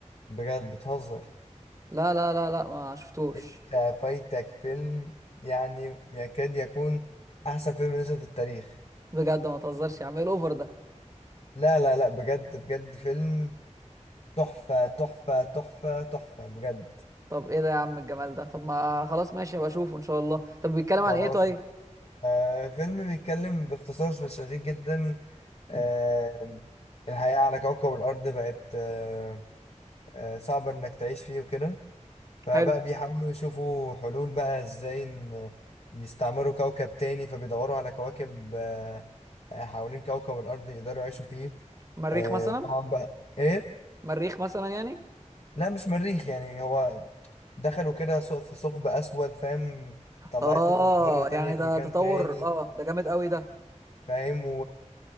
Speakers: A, on the left; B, on the right.
A: بجد بتهزر
B: لا لا لا لا ما شفتوش
A: أنت فايتك فيلم يعني يكاد يكون أحسن فيلم نزل في التاريخ
B: بجد ما تهزرش يا عم ايه الاوفر ده
A: لا لا لا بجد بجد فيلم تحفة تحفة تحفة تحفة بجد
B: طب ايه ده يا عم الجمال ده طب ما خلاص ماشي هبقى اشوفه ان شاء الله طب بيتكلم
A: خلاص
B: عن ايه طيب
A: آه، فيلم بيتكلم باختصار شديد جدا آم، الحياة على كوكب الأرض بقت آه، آه، صعبة إنك تعيش فيه وكده فبقى
B: حلو
A: بيحاولوا يشوفوا حلول بقى إزاي إن يستعمروا كوكب تاني فبيدوروا على كواكب آه، آه، حوالين كوكب الأرض يقدروا يعيشوا فيه
B: مريخ
A: آه،
B: مثلا
A: طبعا بقى إيه؟
B: مريخ مثلا يعني
A: لا مش مريخ يعني هو دخلوا كده سوق- في ثقب أسود فاهم طلعته
B: اه
A: في مجرة تانية
B: يعني
A: في
B: ده
A: مكان
B: تطور
A: تاني
B: اه ده جامد قوي ده
A: فاهم